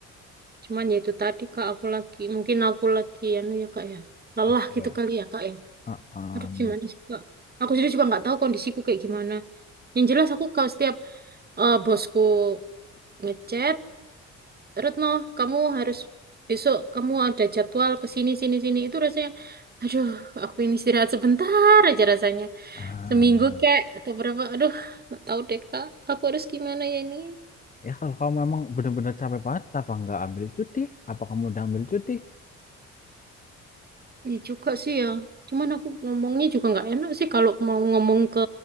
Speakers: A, on the right (about 30°); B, on the left (about 25°).
A: Cuman ya itu tadi Kak, aku lagi, mungkin aku lagi, anu ya Kak ya, lelah
B: capek
A: gitu
B: ya
A: kali ya Kak ya.
B: Uh-um.
A: Aduh gimana sih Kak? Aku sendiri juga nggak tahu kondisiku kayak gimana. Yang jelas aku kalau setiap eh, bosku ngechat, Retno, kamu harus besok kamu ada jadwal ke sini sini sini itu rasanya, aduh, aku ini istirahat sebentar aja rasanya.
B: Ah.
A: Seminggu kek atau berapa? Aduh, nggak tahu deh Kak, aku harus gimana ya ini?
B: Ya kalau kamu memang benar-benar capek banget, apa nggak ambil cuti? Apa kamu udah ambil cuti?
A: Ya juga sih ya. Cuman aku ngomongnya juga nggak enak sih kalau mau ngomong ke